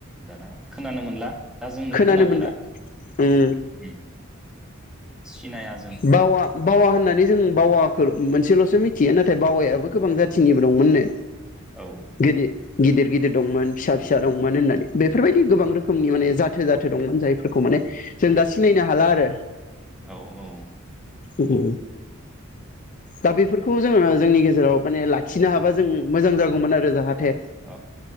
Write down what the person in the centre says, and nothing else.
दाना खोनानो मोनला दा जोंनो
खोनाफेरा
उ सिनाया जों
औ
औ औ
औ